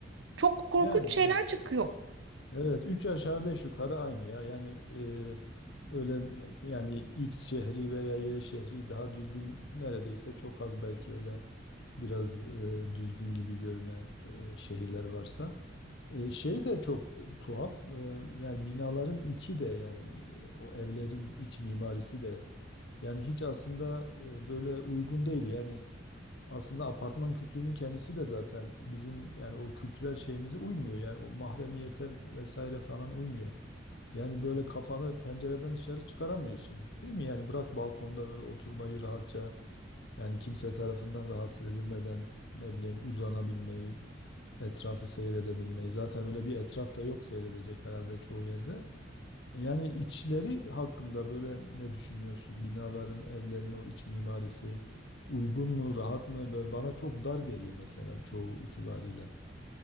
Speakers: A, on the right; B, on the left.
A: çok korkunç
B: Yani
A: şeyler
B: evet.
A: çıkıyor
B: Evet, 3 aşağı 5 yukarı aynı ya. Yani e, öyle yani X şehri veya Y şehri daha düzgün neredeyse çok az belki öyle biraz e, düzgün gibi görünen e, şehirler varsa. E, şey de çok tuhaf. e, yani binaların içi de yani e, o evlerin iç mimarisi de yani hiç aslında e, böyle uygun değil. Yani aslında apartman kültürünün kendisi de zaten bizim yani o kültürel şeyimize uymuyor. Yani o mahremiyete vesaire falan uymuyor. Yani böyle kafanı pencereden dışarı çıkaramıyorsun. Değil mi? Yani bırak balkonda böyle oturmayı rahatça yani kimse tarafından rahatsız edilmeden ne bileyim uzanabilmeyi, etrafı seyredebilmeyi. Zaten öyle bir etraf da yok seyredecek herhalde çoğu yerde. Yani içleri hakkında böyle ne düşünüyorsun? Binaların, evlerin o iç mimarisi uygun mu, rahat mı? Böyle Bana çok dar geliyor mesela çoğu itibariyle.